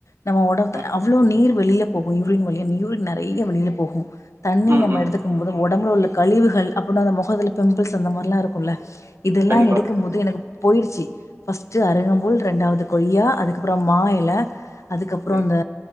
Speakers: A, on the left; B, on the right.
A: நம்ம ஒடம்பு
B: ஆ
A: அவ்ளோ நீர் வெளியில போகு யூரின் வழியா யூரின் நெறயா வெளில போகு தண்ணி
B: ம்
A: நம்ம
B: ம்
A: எடுத்துக்கும் போது ஒடம்புல உள்ள கழிவுகள் அப்போன்னா அந்த மொகத்துல பிம்பிள்ஸ் அந்த மாரில்லா இருக்குல்ல இதுல்லா
B: கண்டிப்பா
A: எடுக்கும் போது எனக்கு போய்ருச்சு ஃபஸ்ட்டு அருகம்புல் ரெண்டாவது கொய்யா அதுக்கப்பறோ மா எல அதுக்கப்பறோ
B: ஓகே
A: இந்த